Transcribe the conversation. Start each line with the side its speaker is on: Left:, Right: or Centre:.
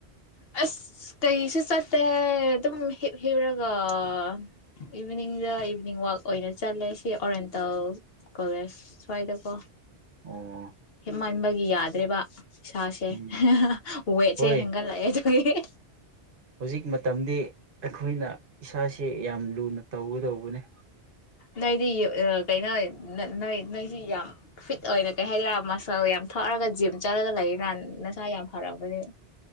Left: ꯑꯁ ꯀꯩꯁꯤꯦ ꯆꯠ ꯑꯦ ꯑꯗꯨꯝ ꯍ꯭ꯔꯒ ꯎ ꯏꯚꯅꯤꯡꯗ ꯏꯚꯅꯤꯡ ꯋꯥꯋꯥꯛ ꯑꯣꯏꯅ ꯆꯠꯂꯦ ꯁꯤ ꯑꯣꯔꯦꯟꯇꯜ ꯀꯣꯂꯦꯖ ꯁ꯭ꯋꯥꯏꯗꯀꯣ
Right: ꯑꯣ
Left: ꯍꯦꯃꯕ ꯌꯥ ꯑꯗꯨꯦꯕ ꯁꯥꯥꯁꯦ
Right: ꯎꯝ
Left: ꯍꯨꯋꯦ
Right: ꯍꯣꯏ
Left: ꯆꯦ ꯍꯂ ꯀꯩꯦ
Right: ꯍꯧꯖꯤꯛ ꯃꯇꯝꯗꯤ ꯑꯩꯈꯣꯏꯅ ꯏꯁꯥꯥꯁ ꯌꯥꯝ ꯂꯨꯅ ꯇꯧꯒꯗꯧꯕꯅꯤ
Left: ꯅ ꯏꯗꯤ ꯀꯩꯅꯩꯅ ꯅꯣꯏ ꯅꯣꯏꯁꯤ ꯌꯥꯝ ꯐꯤꯠ ꯑꯣꯏꯅ ꯀꯩ ꯍꯥꯏꯔꯛ ꯃꯥ ꯐꯧ ꯌꯥꯝ ꯊꯛꯑꯒ ꯖꯤꯝ ꯆꯠꯂꯒ ꯂꯩ ꯅꯍꯥꯟ ꯅꯁꯥ ꯌꯥꯝ ꯐꯔꯝꯒꯅꯤ